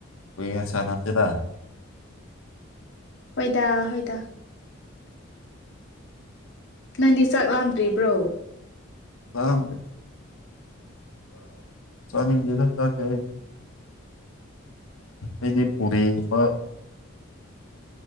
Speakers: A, on the left (about 75°); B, on the left (about 60°).
A: ꯀꯨꯏꯉꯦ ꯁꯥꯟꯅꯕꯁꯤꯗ
B: ꯍꯣꯏꯗ ꯍꯣꯏꯗ ꯅꯪꯗꯤ ꯆꯥꯛ ꯂꯥꯝꯗ꯭ꯔꯤꯕ꯭ꯔꯣ
A: ꯋꯥ ꯆꯥꯅꯤꯡꯗꯦꯗ ꯆꯥꯦ ꯍꯥꯏ ꯑꯩꯗꯤ ꯄꯨꯔꯤꯒꯨꯝꯕ